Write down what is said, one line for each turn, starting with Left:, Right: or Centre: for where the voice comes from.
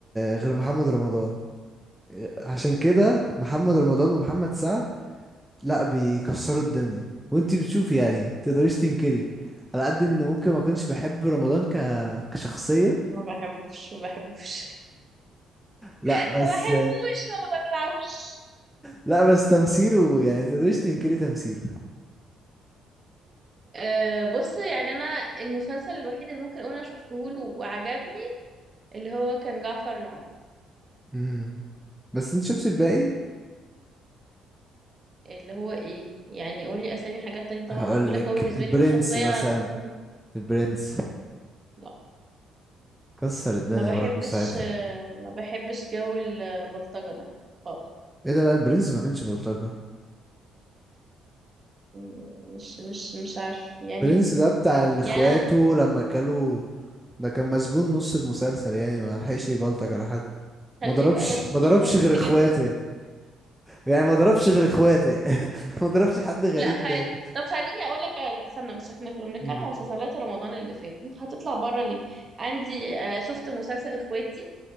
Centre: غير محمد رمضان عشان كده محمد رمضان ومحمد سعد لا بيكسروا الدنيا وانتي بتشوفي يعني تقدريش تنكري على قد ان ممكن ما كنتش بحب رمضان ك... كشخصية
Right: ما بحبوش ما بحبوش
Centre: لا
Right: <laughs>
Centre: بس
Right: ما بحبوش ما ببلعوش
Centre: لا بس تمثيله يعني تقدريش تنكري تمثيله
Right: أه بص يعني انا المسلسل الوحيد اللي ممكن اقول انا شفته له وعجبني اللي هو كان جعفر العمدة
Centre: امم بس انت شفت الباقي
Right: اللي هو ايه يعني قولي اسامي حاجات تانية طبعا
Centre: هقولك
Right: ما بقولك هو بالنسبة
Centre: البرنس
Right: لي مش شخصية
Centre: مثلا
Right: انا مهتمة
Centre: البرنس
Right: لا
Centre: كسر الدنيا
Right: ما بحبش
Centre: برضه ساعتها
Right: آه، ما بحبش جو البلطجة ده خالص
Centre: ايه ده لا البرنس ما كانش بلطجة
Right: م- مش مش مش عارف يعني
Centre: برنس ده بتاع اللي اخواته
Right: يعني انا
Centre: لما كلوا ده كان مسجون نص المسلسل يعني ما لحقش يبلطج على حد
Right: خليه
Centre: ما ضربش
Right: بقى يا رب
Centre: ما
Right: ان
Centre: ضربش
Right: شاء الله
Centre: غير اخواته
Right: يتسجن
Centre: يعني, يعني ما ضربش غير اخواته يعني <laughs> ما ضربش حد
Right: <laughs>
Centre: غريب
Right: لا خالي
Centre: تاني
Right: طب خليني اقول لك استنى بس احنا كنا بنتكلم
Centre: مم.
Right: عن مسلسلات رمضان اللي فات انت هتطلع بره ليه عندي آه، شفت مسلسل اخواتي